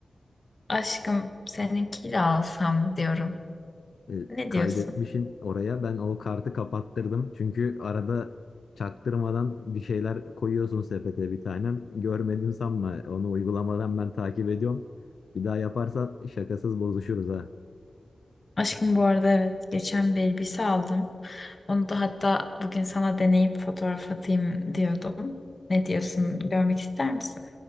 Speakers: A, on the left; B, on the left.
A: Aşkım seninkiyle alsam diyorum.
B: E,
A: Ne
B: kaydetmişin
A: diyorsun?
B: oraya. Ben o kartı kapattırdım. Çünkü arada çaktırmadan bir şeyler koyuyorsun sepete bir tanem. Görmedim sanma. Onu uygulamadan ben takip ediyorum. Bir daha yaparsan şakasız bozuşuruz ha.
A: Aşkım bu arada evet geçen bir elbise aldım. Onu da hatta bugün sana deneyip fotoğraf atayım diyordum. Ne diyorsun? Görmek ister misin?